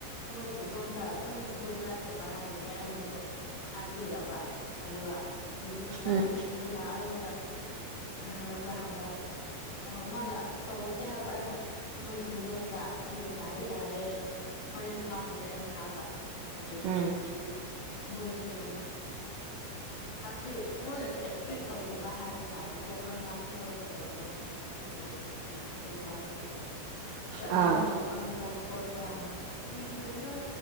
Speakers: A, on the left (about 80°); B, on the right (about 80°).
A: ꯃꯣꯏꯒꯤꯉꯣꯟꯗ ꯑꯗꯨꯝ ꯒꯨꯗ ꯅꯥꯏꯠꯀꯨꯝꯕ ꯍꯥꯏꯔꯒꯦ ꯑꯩꯅꯁꯨ ꯍꯥꯏꯕꯤꯔꯕ ꯑꯗꯨꯒ ꯉꯁꯥꯏ
B: ꯎꯝ
A: ꯑꯗꯨꯝ ꯊꯤꯟꯗꯅ ꯑꯩꯉꯣꯟꯗ ꯌꯥꯔ ꯑꯐ꯭ꯔꯕꯥꯗ ꯑ ꯃꯥꯅ ꯇꯧꯔꯛꯀꯦ ꯍꯥꯏꯕ ꯑꯩꯅ ꯃꯣꯏꯒꯤ ꯃꯔꯣꯟꯗ ꯑꯩꯅ ꯌꯥꯔꯦ ꯌꯥꯔꯦ ꯍꯣꯔꯦꯟ ꯐꯥꯎꯅꯖꯦ ꯑꯩꯅ ꯍꯥꯏꯕ ꯑꯗꯒꯤ
B: ꯎꯝ
A: <unintelligible> ꯍꯥꯏꯕꯗꯤ ꯃꯣꯏꯅꯁꯨ ꯑꯦꯛꯁꯄꯦꯛ ꯇꯧꯗꯕ ꯍꯥꯏꯕ ꯇꯥꯔꯦꯀꯣ ꯑꯩꯈꯣꯏꯅꯥ ꯉꯥꯡꯊꯣꯔꯛꯀꯗꯕꯗꯣ ꯑꯗꯒꯤ ꯑꯩꯅ ꯍꯥꯏꯗ ꯀꯔꯝ
B: ꯑꯥ
A: ꯍꯥꯏꯅ ꯈꯪꯕ꯭ꯔꯥ ꯈꯣꯠꯄ꯭ꯔꯥ ꯁꯨꯃꯥꯏꯅ ꯀꯨꯏꯅ ꯁꯨꯝ